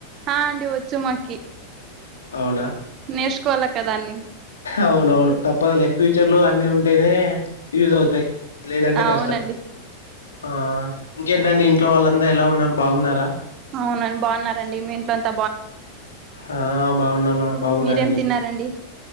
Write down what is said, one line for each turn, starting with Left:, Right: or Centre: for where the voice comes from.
Right: ఆ అండి వచ్చు మాకి
Left: అవునా
Right: నేర్చుకోవాలి కదా అన్ని
Left: అవునవును తప్పదులే ఫ్యూచర్ లో అన్ని ఉంటేనే యూస్ అవుతాయి లేదంటే
Right: అవునండి
Left: కష్టం ఆ ఇంకేంటండి ఇంట్లో వాళ్ళంతా ఎలా ఉన్నారు బాగున్నారా
Right: అవునండి బాగున్నారండి మీ ఇంట్లో అంత
Left: ఆ బాగున్నామా బాగున్నారండి
Right: మీరేం తిన్నారండి